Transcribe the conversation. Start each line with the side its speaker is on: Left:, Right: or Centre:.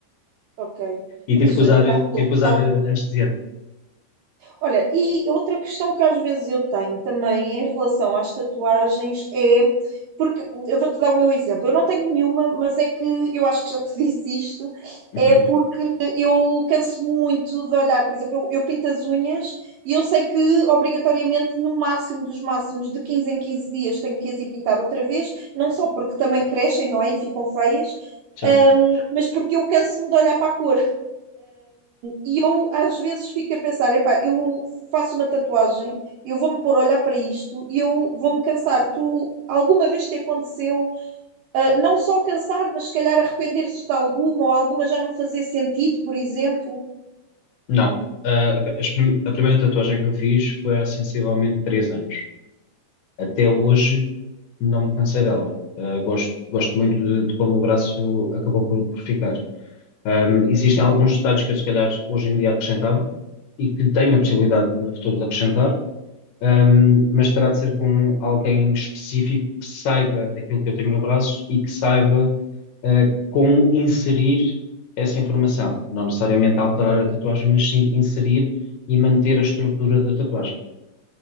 Right: ok.
Left: E
Right: Pois,
Left: tive que
Right: eu
Left: usar,
Right: calculo,
Left: tive que usar
Right: calculo.
Left: eh, anestesiante.
Right: Olha, e outra questão que às vezes eu tenho também em relação às tatuagens é, porque eu vou-te dar o meu exemplo, eu não tenho nenhuma, mas é que eu acho que já te <laughs> disse isto,
Left: Uhum,
Right: é porque eu canso muito de olhar, por exemplo, eu, eu pinto as unhas e eu sei que obrigatoriamente no máximo dos máximos de 15 em 15 dias tenho que as ir pintar outra vez, não só porque também crescem, não é? E ficam feias,
Left: certo.
Right: ahm, mas porque eu canso-me de olhar para a cor. E eu às vezes fico a pensar, epá, eu faço uma tatuagem, eu vou-me pôr a olhar para isto e eu vou-me cansar. Tu alguma vez te aconteceu, ah, não só cansar, mas se calhar arrepender-se de alguma ou alguma já não fazer sentido, por exemplo?
Left: Não. Ah, as prim- a primeira tatuagem que eu fiz foi há sensivelmente três anos. Até hoje não me cansei dela. Ah, gosto, gosto muito de, de como o braço acabou por, por ficar. Um, existem alguns detalhes que eu, se calhar, hoje em dia acrescentava e que tenho a possibilidade no futuro de acrescentar, um, mas terá de ser com alguém específico que saiba aquilo que eu tenho no braço e que saiba, uh, como inserir essa informação. Não necessariamente alterar a tatuagem, mas sim inserir e manter a estrutura da tatuagem.